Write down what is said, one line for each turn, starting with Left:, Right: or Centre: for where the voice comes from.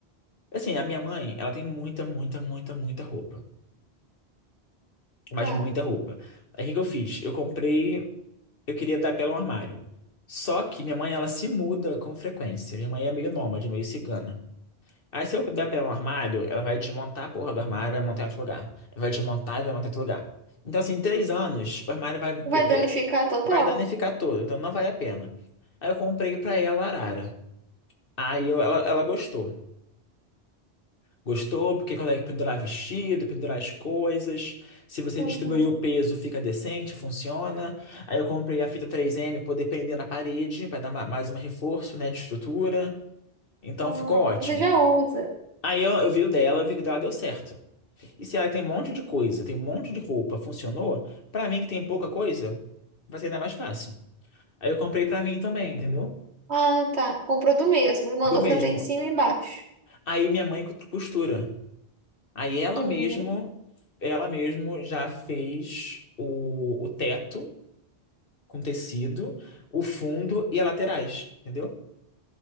Left: assim, a minha mãe, ela tem muita, muita, muita, muita roupa. Mas
Right: Tá.
Left: muita roupa. Aí o que que eu fiz? Eu comprei, eu queria dar pela um armário. Só que minha mãe, ela se muda com frequência. Minha mãe é meio nômade, meio cigana. Aí se eu der pra ela um armário, ela vai desmontar a porra do armário, vai montar em outro lugar. Ela vai desmontar e vai montar em outro lugar. Então, assim, em três anos, o armário vai vi-
Right: Vai
Left: vi-
Right: danificar total.
Left: vai danificar todo, então não vale a pena. Aí eu comprei pra ela a arara. Aí eu- ela, ela gostou. Gostou porque consegue pendurar vestido, pendurar as coisas. Se você
Right: Uhum.
Left: distribuir o peso, fica decente, funciona. Aí eu comprei a fita três m poder prender na parede, pra dar ma- mais um reforço, né, de estrutura. Então
Right: Ah,
Left: ficou
Right: então
Left: ótimo.
Right: você já usa.
Left: Aí eu, eu vi o dela, eu vi que o dela deu certo. E se ela tem um monte de coisa, tem um monte de roupa, funcionou, pra mim que tem pouca coisa, vai ser ainda mais fácil. Aí eu comprei pra mim também, entendeu?
Right: Ah, tá. Comprou do mesmo e mandou
Left: Do mesmo.
Right: fazer em cima e embaixo.
Left: Aí minha mãe costura. costura. Aí ela
Right: Uhum.
Left: mesmo, ela mesmo já fez o, o teto com tecido, o fundo e as laterais, entendeu?